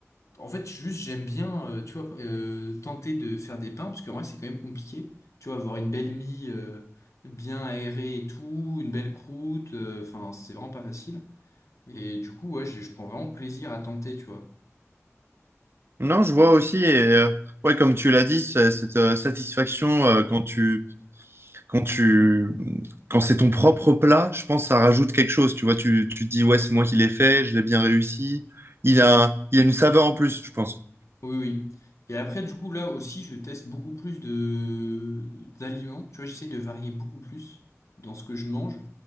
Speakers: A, on the left (about 70°); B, on the right (about 50°).
A: en fait, juste, j'aime bien, euh, tu vois, euh, tenter de faire des pains parce que vrai, c'est quand même compliqué. Tu vois, avoir une belle mie euh, bien aérée et tout, une belle croûte, euh, enfin, c'est vraiment pas facile. Et du coup, ouais, je je prends vraiment plaisir à tenter, tu vois.
B: Non, je vois aussi et euh, ouais, comme tu l'as dit, c'est- cette euh, satisfaction euh, quand tu quand tu quand c'est ton propre plat, je pense que ça rajoute quelque chose. Tu vois, tu, tu te dis, ouais, c'est moi qui l'ai fait, je l'ai bien réussi. Il a, il a une saveur en plus, je pense.
A: Oui, oui. Et après, du coup, là aussi, je teste beaucoup plus de d'aliments. Tu vois, j'essaie de varier beaucoup plus dans ce que je mange.